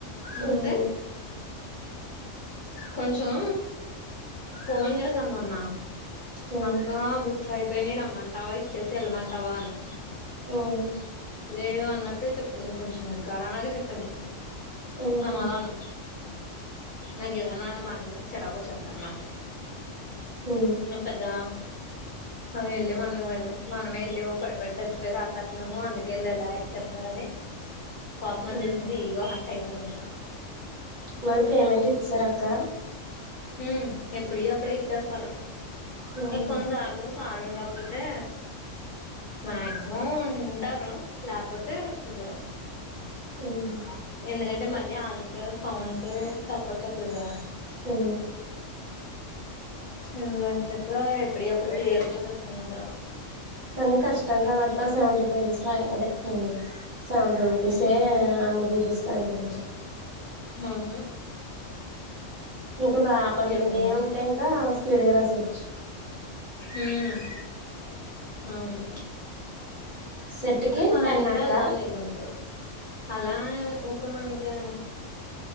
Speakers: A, on the right; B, on the left.
A: మ్మ్
B: అంతే కొంచెం ఫోన్ చేశా మొన్న
A: మ్మ్
B: అక్క బుక్స్ అయిపోయినాయి రమ్మంటావా ఇచ్చేసి ఎళ్ళమంటావా అని
A: ఆహ్
B: లేదు అన్నట్టు చెప్పింది కొంచెం ఘరానాగా చెప్పింది
A: మ్హు
B: సమాధానం నాకేదన్న అలా మాట్లాడితే చిరాకు వచ్చేద్ది అన్నమాట
A: ఆ
B: నీ పెద్ద అదేళ్ళే మనవేన్ మనమే ఎళ్ళి ఓ పడిపడి సచ్చిపోయి రాసేత్తున్నాము అందు కే ఇళ్ళు ఇలా ఎక్ చేత్తున్నారని కోపం వచ్చేసింది
A: మ్మ్
B: ఇగో హట్ అయింది కొంచెం
A: మీరు పేమెంట్ ఇచ్చేసారా అక్క
B: ఉమ్మ్ ఎప్పుడుయి అప్పుడే ఇచ్చేస్తారు
A: మ్మ్
B: ఇంగ కొన్నిసార్లు సారు ఉండక్పోతే మాక్సిమం ఉంటారు లేపోతే ఇవ్వరు
A: ఉమ్
B: ఎందుకంటే మళ్ళీ ఆళ్ళకు కౌంట్ తప్పు వచ్చేత్తది కదా
A: ఆ
B: ఎందుకని చెప్పి ఎప్పుడియి అప్పుడు క్లియర్ చేసేసుకుంటారు
A: కానీ కష్టం కదక్కా సెవెంటీ పేజీస్ రాయ అదే ఉమ్ చంట రూపీసే
B: ఉమ్
A: అన్ని బిజెస్ <unintelligible> రాయలు ఉంటాయి
B: అవునా
A: ఇంకా బా ఆ పని మీద
B: ఎప్పటి
A: ఉంటే ఇంకా స్పీడ్గా రాసేయచ్చు
B: ఉం అవును
A: సెట్ కి
B: ఆ
A: టెన్
B: అయితే
A: అక్క
B: ఎలాలి ఇగ అందరు అలా ఒప్పుడు మనకి